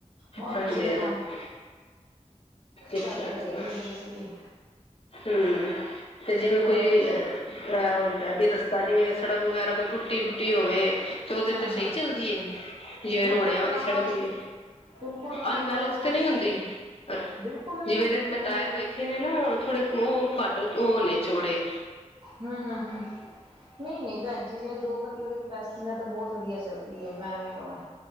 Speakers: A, on the right (about 45°); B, on the left (about 50°).
A: ਮਾਰਕੀਟ
B: ਹਾਂਜੀ,
A: ਦੇ ਕੰਮ
B: ਹਾਂਜੀ ਅੱਛਾ,
A: ਤਦ ਫੇਰ
B: ਅੱਛਾ
A: ਇਹ ਲੈਲੀ ਸੀਗੀ।
B: ਹੂੰ ਤੇ ਜਿਵੇਂ।
A: ਫਿਰ
B: ਕੋਈ ਐ ਹੁੰਦਾ ਵੀ। ਰਸਤਾ ਜਿਵੇਂ ਸੜਕ ਵਗੈਰਾ ਕੋਈ ਟੁੱਟੀ ਫੁੱਟੀ ਹੋਵੇ। ਤੇ ਉਹਦੇ
A: ਹਾਂ
B: ਤੇ
A: ਹਾਂ
B: ਸਹੀ ਚੱਲਦੀ ਹੈ ਜਿਵੇਂ
A: ਬਿਲਕੁਲ
B: ਰੋੜਿਆਂ ਵਾਲੀ
A: ਰਾਮ
B: ਸੜਕ ਹੁੰਦੀ
A: ਬਿਲਕੁਲ ਰਾਮ
B: ਅਨਬੈਲੈਂਸ
A: ਨਾ ਬੋਸ
B: ਤੇ ਨਹੀਂ ਹੁੰਦੀ। ਅੱਛਾ
A: ਬਿਲਕੁਲ ਵੀ
B: ਜਿਵੇਂ
A: ਨਹੀਂ
B: ਦੇ ਮੈਂ
A: ਬੋ
B: ਟਾਇਰ ਵੇਖੇ ਨੇ ਨਾ। ਉਹ ਘੱਟ ਉਹ ਨੇ ਚੋੜੇ।
A: ਹੂੰ ਹੂੰ ਹੂੰ ਨਹੀਂ ਨਹੀਂ ਭੈਣ ਜੀ ਜਿਵੇਂ ਦੋ। ਬੰਦੇ ਦੇ। ਪੈਸੀਨਅ ਤਾਂ ਬਹੁਤ ਵਧੀਆ। ਚਲਦੀ ਮੈਂ ਐਵੀਂ ਕਵਾ।